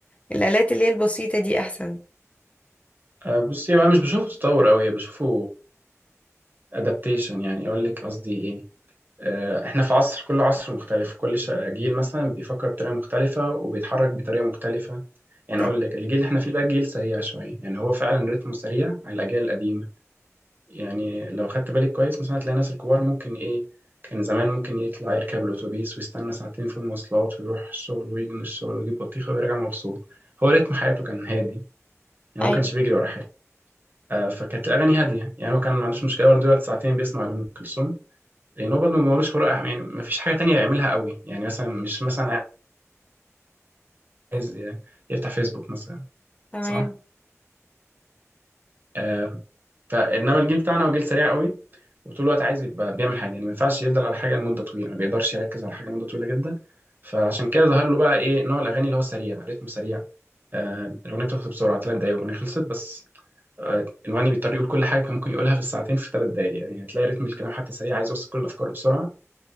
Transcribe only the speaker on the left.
الآلات اللي هي البسيطة دي احسن
تم-
ايوه
تمام